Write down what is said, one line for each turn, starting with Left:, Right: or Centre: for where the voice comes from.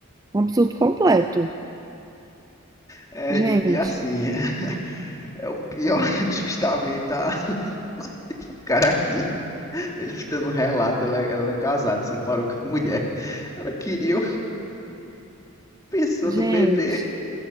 Right: um absurdo completo.
Left: É,
Right: Gente,
Left: e, e assim, <laughs> é o pior, <laughs> justamente a, <laughs> o cara aqui, ele tá dando um relato, ela, ela é casada, separou com a mulher, ela queria pensando
Right: gente.
Left: <laughs> do bebê.